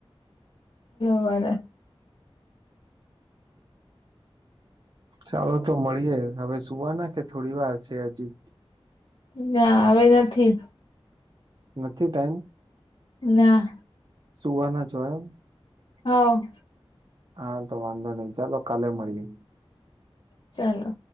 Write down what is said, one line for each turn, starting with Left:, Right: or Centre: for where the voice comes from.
Left: બરોબર.
Right: ચાલો તો મળીયે હવે સુવાના કે થોડી વાર છે હજી.
Left: ના હવે નથી.
Right: નથી ટાઈમ?
Left: ના.
Right: સુવાના છો એમ?
Left: હા.
Right: હા તો વાંધો નઈ. ચાલો કાલે મળીએે.
Left: ચાલો.